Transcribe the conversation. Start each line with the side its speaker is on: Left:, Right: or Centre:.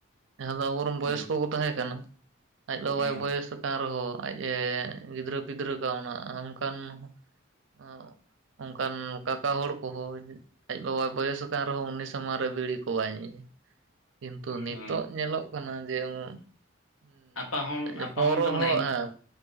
Right: ᱡᱟᱦᱟᱸ ᱫᱚ ᱟᱵᱚ ᱠᱚᱢ ᱵᱚᱭᱚᱥ
Left: ᱦᱩᱸ
Right: ᱠᱚᱠᱚ ᱛᱟᱦᱮᱸ ᱠᱟᱱᱟ, ᱟᱡ ᱵᱟᱵᱟᱭ
Left: ᱦᱩᱸ
Right: ᱵᱚᱭᱚᱥ ᱠᱟᱱ ᱨᱮᱦᱚᱸ ᱟᱡ ᱮ ᱜᱤᱫᱽᱨᱟᱹᱼ ᱯᱤᱫᱽᱨᱟᱹ ᱠᱚᱣᱟ ᱚᱱᱟ ᱚᱸᱠᱟᱱ ᱦᱚᱸ ᱦᱚᱸᱼᱜ ᱚᱝᱠᱟᱱ ᱠᱟᱠᱟ ᱦᱚᱲ ᱠᱚᱦᱚ, ᱡᱮ ᱟᱡ ᱵᱟᱵᱟᱭ ᱵᱚᱭᱚᱥ ᱟᱠᱟᱱ ᱨᱮᱦᱚᱸ ᱩᱱᱤ ᱥᱟᱢᱟᱝ ᱨᱮ ᱵᱤᱲᱤ ᱠᱚ ᱵᱟᱭ ᱧᱩ ᱭᱟ ᱠᱤᱸᱛᱩ ᱱᱤᱛᱚᱜ
Left: ᱦᱩᱸ
Right: ᱧᱮᱞᱚᱜ ᱠᱟᱱᱟ ᱡᱮ ᱩᱸᱢᱩᱜ, ᱩᱸ
Left: ᱟᱯᱟᱦᱚᱱ
Right: ᱮᱸ
Left: ᱟᱯᱟᱦᱚᱱ
Right: ᱯᱚᱸᱨᱚ
Left: ᱫᱚ ᱢᱟᱱᱮ
Right: ᱦᱚᱸ ᱦᱮᱸ